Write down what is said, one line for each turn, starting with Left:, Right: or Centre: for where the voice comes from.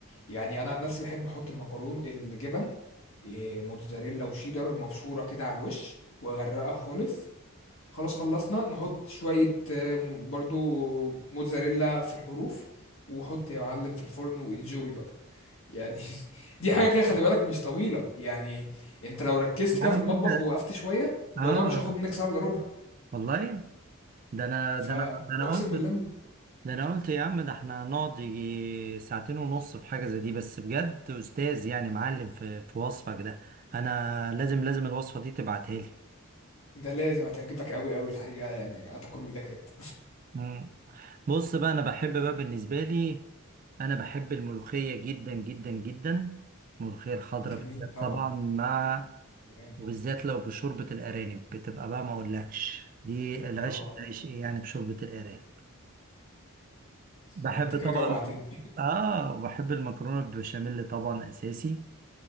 Left: يعني أنا عن نفسي بحب أحط المكرون الجبن إيه، موتزاريلا وشيدر مبشورة كده على الوش واغرقها خالص خلاص خلصنا نحط شوية آه، م- برضو موتزاريلا في الحروف وحط يا معلم في الفرن وانجوي بقى يعني <laughs> دي حاجة كده خلي بالك مش طويلة يعني انت لو ركزت
Right: يا
Left: كده في
Right: عم
Left: المطبخ
Right: انت
Left: ووقفت شوية الموضوع
Right: اه
Left: مش هياخد منك ساعة الا ربع
Right: والله ده انا
Left: فاقسم
Right: ده انا ده انا قلت
Left: بالله
Right: ده انا قلت يا عم ده احنا هنقعد يجي ساعتين ونص في حاجة زي دي بس بجد استاذ يعني معلم في في وصفك ده انا لازم لازم الوصفة دي تبعتها لي
Left: ده لازم هتعجبك قوي قوي الحقيقة يعني هتاكل من ايدك هات
Right: مم. بص بقى انا بحب بقى بالنسبة لي انا بحب الملوخية جدا جدا جدا الملوخية الخضراء
Left: <laughs> جميل
Right: بالذات
Left: طبعا
Right: طبعا مع
Left: جامد.
Right: وبالذات لو بشوربة الارانب بتبقى بقى ما اقولكش دي العشق
Left: اه
Right: العشق يعني بشوربة الارانب بحب
Left: ده انت كده
Right: طبعا
Left: جوعتني
Right: اه وبحب المكرونة بالبشاميل طبعا اساسي